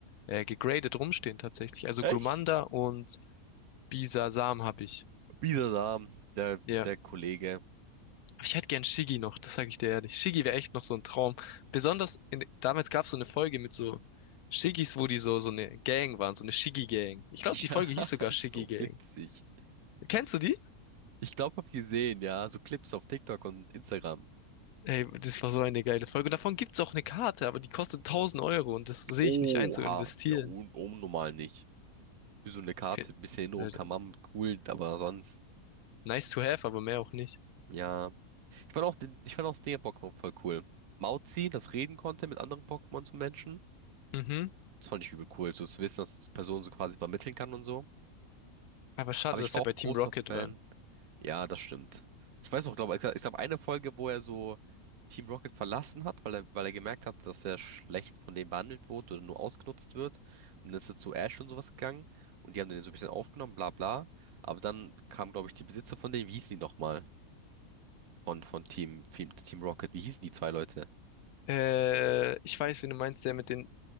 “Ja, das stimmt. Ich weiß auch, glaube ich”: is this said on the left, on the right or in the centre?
Right